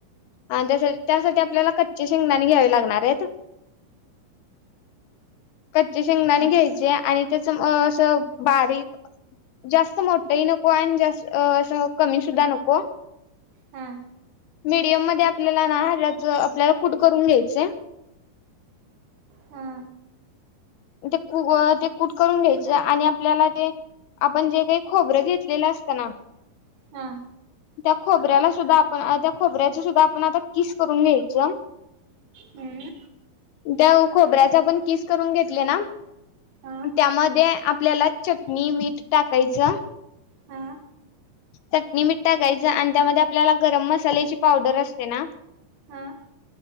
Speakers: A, on the left (about 80°); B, on the right (about 90°).
A: आणि त्यासा त्यासाठी आपल्याला कच्चे शेंगदाणी घ्यावे लागणारयेत कच्चे शेंगदाणे
B: हा
A: घ्यायचे आणि त्या असं अ असं बारीक जास्त मोठही नको, आणि जास्त अ असं कमी सुद्धा नको.
B: हा
A: मीडियम मध्ये आपल्याला ना हऱ्याच. आपल्याला कुट करून घ्यायचाय.
B: हा
A: ते कु अ ते कूट करून घ्यायच आणि आपल्याला ते आपण जे काही खोबरं घेतलेलं असतं ना
B: हा
A: त्या खोबऱ्याला सुद्धा आपण त्या खोबऱ्याच्या सुद्धा आपण आता किस करून घ्याई ज्या
B: हम्म
A: त्याव खोबऱ्या तो आपण किस करून घेत केलं ना
B: हा
A: त्यामध्ये आपल्याला चटणी, मीठ टाकायचं.
B: हा
A: चटणी, मीठ टाकायचं आणि त्यामध्ये आपल्याला गरम मसाल्याची पावडर असते ना
B: हा